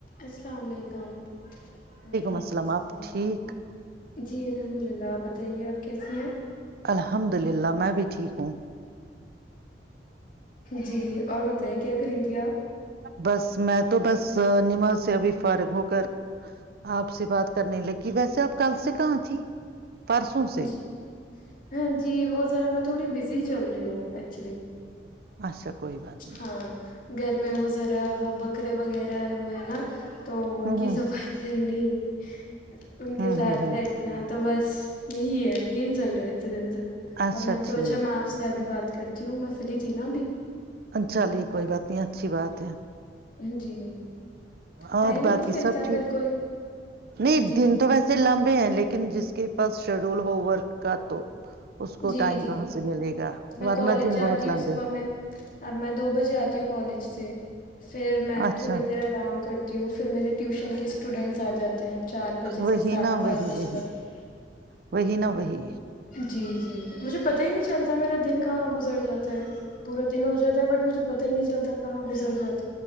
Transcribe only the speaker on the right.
السلام آپ ٹھیک
الحمد للہ میں بھی ٹھیک ہوں
بس میں تو بس نماز سے ابھی فارغ ہو کر آپ سے بات کرنے لگی ویسے آپ کل سے کہاں تھی پرسوں سے
اچھا <unintelligible> نہیں
ہ
ہ
ہ
ہ ہ
اچھا
ٹھیک
چلیے کوئی بات نہیں اچھی بات ہے <unintelligible>
اور باقی
سب ٹھیک
نہیں
دن تو ویسے لمبے ہیں ن لیکن جس کے پاس شیڈول ہو ورک کا تو اس کو
ٹائم
کہاں سے ملے گا
ورنہ
دن
بہت
لمبے
اچھا
وہی
نہا
وہی
وہی
وہی نہا وہی